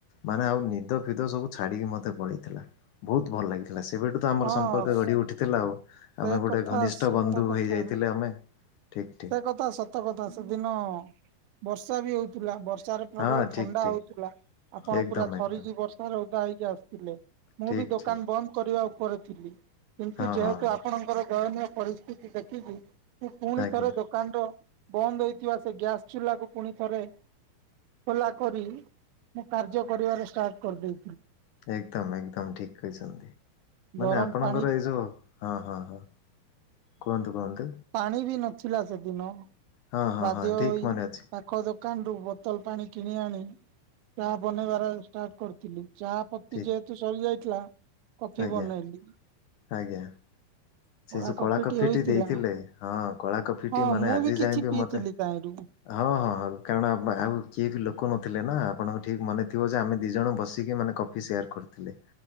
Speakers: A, on the left (about 75°); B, on the right (about 80°).
A: ମାନେ ଆଉ ନିଦ ଫିଦ ସବୁ ଛାଡିକି ମତେ ପଳେଇଥିଲା ବହୁତ ଭଲ ଲାଗିଥ ଥିଲା ସେବେଠୁ ତ ଆମର
B: ହଁ
A: ସମ୍ପର୍କ ଗଢ଼ି ଉଠିଥିଲା ଆଉ।
B: ସେ
A: ଆମେ ଗୋଟେ
B: କଥା
A: ଘନିଷ୍ଠ
B: ସତ
A: ବନ୍ଧୁ
B: କଥା।
A: ହେଇ ଯାଇଥିଲେ ଆମେ। ଠିକ୍ ଠିକ୍
B: ସେ କଥା ସତ କଥା ସେଦିନ ବର୍ଷା ବି ହଉଥିଲା ବର୍ଷା ର୍ଷାରେ ପ୍ରବଳ
A: ହଁ
B: ଥଣ୍ଡା
A: ଠିକ୍ ଠିକ୍
B: ହଉଥିଲା ଆପଣ
A: ଏକଦମ୍
B: ପୁରା ଥରିକି
A: ଏକଦମ୍
B: ବର୍ଷାରେ ଡ଼ା ହେଇକି ଆସିଥିଲେ। ମୁଁ
A: ଠିକ୍
B: ବି ଦୋକାନ
A: ଠିକ୍
B: ବନ୍ଦ କରିବା କରୁଥିଲି। କିନ୍ତୁ
A: ହଁ
B: ଯେହେତୁ
A: ହଁ ହଁ
B: ଆପଣଙ୍କର ଦୟନୀୟ ପରିସ୍ଥିତି ଦେଖିକି ମୁ ପୁଣି ଥରେ
A: ଆଜ୍ଞା
B: ଦୋକାନ ର ବନ୍ଦ ହେଇଥିବା ସେ ଗ୍ୟାସ ଚୁଲାକୁ ପୁଣି ଥରେ, ଖୋଲା କରି ମୁଁ କାର୍ଯ୍ୟ କରିବାରେ ଷ୍ଟାର୍ଟ କରି ଦେଇ
A: ଏକଦମ ଏକଦମ ଠିକ କହିଚନ୍ତି,
B: ଗରମ
A: ମାନେ ଆପଣଙ୍କର
B: ପାଣି
A: ଏଇ ଯୋଉ ହଁ ହଁ ହଁ। କୁହନ୍ତୁ। କୁହନ୍ତୁ
B: ପାଣି ବି ନ ଥିଲା ସେଦିନ।
A: ହଁ ହଁ
B: ବାଧ୍ୟ
A: ହଁ
B: ହୋଇ
A: ଠିକ୍ ମନେ ଅଛି
B: ପାଖ ଦୋ କାନରୁୁ ବୋତଲ ପାଣି କିଣି ଆଣି, ଚା ବନେଇବାର ଷ୍ଟାର୍ଟ କରିଥିଲି। ଚା ପତି
A: ଠିକ୍
B: ଯେହେତୁ ସରିଯାଇଥି ଲା। କଫି
A: ଆଜ୍ଞା
B: ବନେଇଲିି।
A: ଆଜ୍ଞା। ସେ
B: କଳା
A: ଯୋଉ
B: କଫିଟି ହୋଇଥିଲା।
A: ଦେଇଥିଲେ ହଁ କଳା କଫିଟି
B: ହଁ
A: ମାନେ
B: ମୁଁ
A: ଆଜି
B: ବି କିଛି
A: ଯାଏଁବି
B: ପିଇଥିଲି
A: ମତେ
B: ତାହିଁରୁ
A: ହଁ ହଁ ହଁ କାରଣ ଆମେ ଆଉ କିଏ ଥିଲୁ। ଲୋକ ନଥିଲେ ନା ଆପଣଙ୍କ ଠିକ ମନେ ଥିବ ଯେ ଆମେ ଦିଇ ଜଣ ବସିକି ମାନେ କଫି ସେୟାର କରିଥିଲେ,